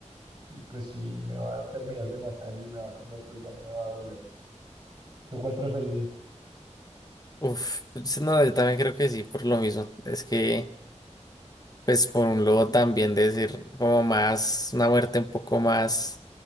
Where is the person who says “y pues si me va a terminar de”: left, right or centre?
Right